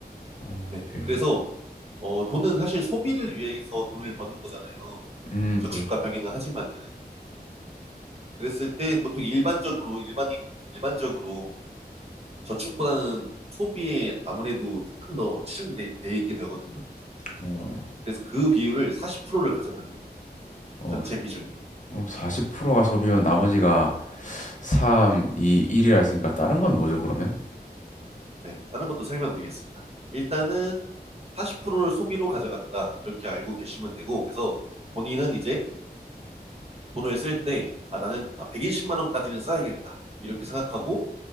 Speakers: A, on the left (about 50°); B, on the right (about 40°).
A: 어,
B: 네.
A: 120.
B: 그래서 어, 돈은 사실 소비를 위해서 돈을 버는 거잖아요.
A: 음,
B: 저축과
A: 그렇죠.
B: 병행을 하지만은. 그랬을 때 보통 일반적으로 일반인 일반적으로 저축보다는 소비에 아무래도 조금 더 치중돼 돼돼 있게 되거든요.
A: 어,
B: 그래서 그 비율을 40%를 가져가는
A: 어,
B: 전체 비중이.
A: 어, 40%가 소비면 나머지가 3, 2, 1이라 했으니까 다른 건 뭐죠, 그러면?
B: 네, 다른 것도 설명드리겠습니다. 일단은 40%를 소비로 가져간다. 이렇게 알고 계시면 되고 그래서 본인은 이제 돈을 쓸 때 아, 나는 아, 120만 원까지는 써야겠다. 이렇게 생각하고